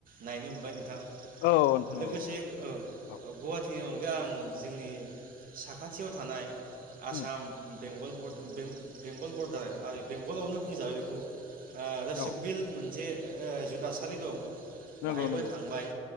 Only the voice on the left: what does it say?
औ नोंथां
औ
औ
उम
औ
नंगौ
नंगौ